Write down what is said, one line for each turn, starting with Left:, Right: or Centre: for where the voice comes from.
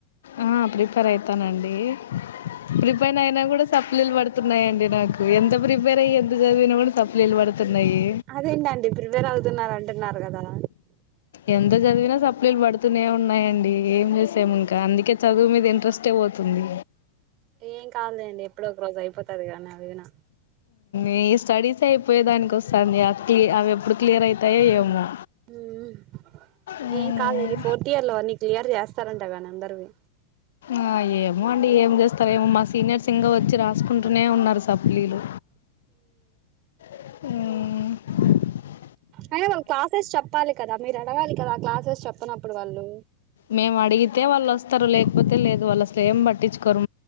Left: ఆ ప్రిపేర్ అయితానండి. ప్రిపెన్ అయినా కూడా సప్లీలు పడుతున్నాయండి. నాకు ఎంత ప్రిపేర్ అయి ఎంత చదివినా కూడా సప్లీలు పడుతున్నాయి
Right: అదేంటండి ప్రిపేర్ అవుతున్నార అంటున్నారు కదా.
Left: ఎంత చదివినా సప్లిలు పడుతూనే ఉన్నాయండి ఏం చేసాము ఇంకా అందుకే చదువు మీద ఇంట్రెస్టే పోతుంది.
Right: ఏం కాదులేండి ఎప్పుడు ఒక రోజు అయిపోతుంది. దిగానే విన.
Left: ఈ స్టడీస్ అయిపోయే దానికి వస్తుంది క్ అవి ఎప్పుడు క్లియర్ అవుతాయో ఏమో.
Right: హ
Left: ఉమ్,
Right: ఏ కాలరి పోర్. యర్ లో అన్ని క్లియర్ చేస్తారంట కానీ అందరవి
Left: ఆ ఏమో అండి ఏం చేస్తారు ఏమో మా సీనియర్స్ ఇంగ వచ్చి రాసుకుంటూనే ఉన్నారు. సప్లీలు. హ్మ్మ్.
Right: అయిన వాళ్ళ క్లాసెస్ చెప్పాలి కదా మీరు. అడగాలి కదా క్లాసెస్ చెప్పనప్పుడు వాళ్ళు.
Left: మేము అడిగితే వాళ్ళు వస్తారు లేకపోతే లేదు వాళ్ళ అసలు ఏం పట్టించుకోరు.